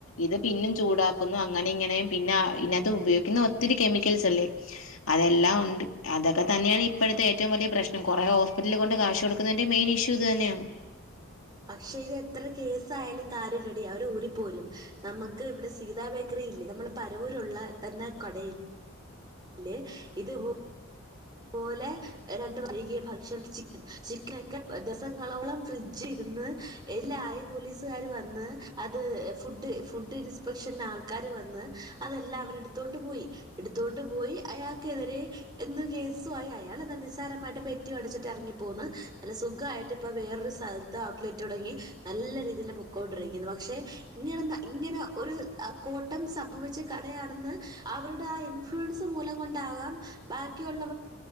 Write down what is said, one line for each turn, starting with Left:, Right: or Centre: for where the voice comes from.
Left: ഇത് പിന്നും ചൂടാക്കുന്നു. അങ്ങനെ ഇങ്ങനെയും പിന്നെ ഇതിനകത്ത് ഉപയോഗിക്കുന്ന ഒത്തിരി കെമിക്കൽസ് അല്ലേ. അതെല്ലാം ഉണ്ട് അതൊക്കെ തന്നെയാണ് ഇപ്പോഴത്തെ ഏറ്റോം വലിയ പ്രശ്നം കൊറേ ഹോസ്പിറ്റിൽ കൊണ്ട് കാശു കൊടുക്കുന്നതിന്റ മെയിൻ ഇഷൂ ഇത് തന്നെയാണ്
Right: പക്ഷേ ഇത് എത്ര കേസയാലും കാര്യമില്ലടി അവര് ഊരിപ്പോരും നമുക്ക് ഇവിടെ സീതാ ബേക്കറി ഇല്ലേ നമ്മള പരവൂരുള്ള തന്നെ കട യില് ഇത് പോലെ ഏതാണ്ട് പഴകിയ ഭക്ഷണം ചിക്കൻ ചിക്കൻ ഒക്കെ ദിവസങ്ങളോളം ഫ്രിഡ്ജ് ഇരുന്ന് എല്ലയി പോലീസുകാർ വന്ന് അത് ഫുഡ് ഫുഡ് ഇൻസ്പെക്ഷൻ ആൾക്ക ആൾകാർ വന്ന് അതെല്ലാം അവർ എടുത്തോണ്ട് പോയി എടുത്തൊണ്ട് പോയി അയാൾക്കെതിരെ എന്ത് കേസ് മായി അയാൾ എന്താ നിസ്സാരമായിട്ട് പെറ്റി അടച്ചിട്ട് ഇറങ്ങിപ്പോന്ന് നല്ല സുഖമായിട്ട് ഇപ്പോ വേറൊരു അ ഔട്ട്ലെറ്റ് തുടങ്ങി നല്ല രീതിയിൽ പൊക്കൊണ്ടിരിക്കുന്ന പക്ഷേ ഇങ്ങനെന്ന ഇങ്ങനെ ഒരു കോട്ടം സംഭവിച്ച കടയാണെന്ന് അവരുടെ ആ ഇൻഫ്ലുവൻസ് മൂലം കൊണ്ടാകാം ബാക്കിയുള്ള